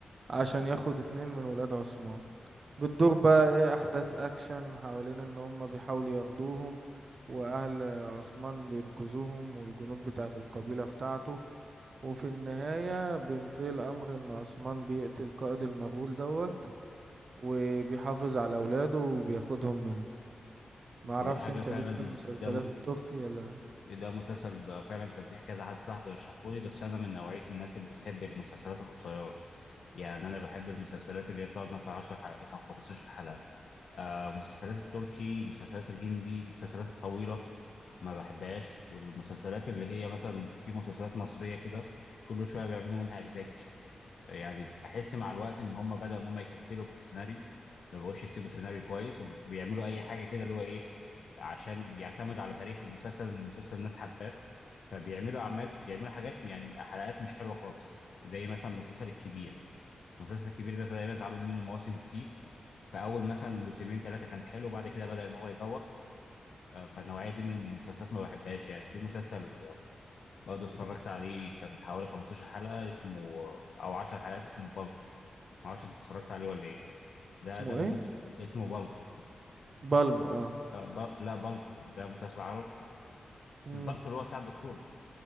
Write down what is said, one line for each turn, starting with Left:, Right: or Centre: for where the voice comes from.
Right: عشان ياخد اتنين من ولاد عثمان بتدور بقى ايه احداث اكشن حوالين ان هم بيحاولوا ياخدوهم واهل عثمان بينقذوهم والجنود بتاعت القبيلة بتاعته وفي النهاية بينتهي الأمر إن عثمان بيقتل قائد المغول دوت وبيحافظ على أولاده وبياخدهم منه معرفش
Left: دي حاجه
Right: أنت
Left: فعلا
Right: ليك في المسلسلات
Left: ده م...
Right: التركي ولا
Left: ده مسلسل فعلا كان فيه كذا حد صاحبي رشحهولي بس انا من نوعيه الناس اللي بتحب المسلسلات القصيره يعني انا بحب المسلسلات اللي هي بتقعد مثلا 10 حلقات او 15 حلقه آه مسلسلات التركي مسلسلات الهندي مسلسلات الطويله ما بحبهاش والمسلسلات اللي هي مثلا في مسلسلات مصرية كده كل شوية بيعملوا منها أجزاء جديدة يعني بحس مع الوقت إن هم بدأوا إن هم يكسلوا في السيناريو ما بقوش يكتبوا سيناريو كويس وبيعملوا أي حاجة كده اللي هو إيه عشان بيعتمد على تاريخ المسلسل إن المسلسل الناس حباه فبيعملوا أعمال بيعملوا حاجات يعني حلقات مش حلوة خالص زي مثلا مسلسل الكبير المسلسل الكبير ده تقريبا اتعمل منه مواسم كتير فأول مثلا موسمين ثلاثة كان حلو وبعد كده بدأ إن هو يبوخ آه، فالنوعية دي من المسلسلات ما بحبهاش يعني في مسلسل برضه اتفرجت عليه كان حوالي 15 حلقة اسمه أو 10 حلقات اسمه بالكو معرفش أنت اتفرجت عليه ولا إيه ده ده
Right: اسمه
Left: مسلسل
Right: إيه؟
Left: اسمه بالكو
Right: بالم آه
Left: آه، بل... لا بالكو ده مسلسل عربي
Right: مم.
Left: البالكو اللي هو بتاع الدكتور ده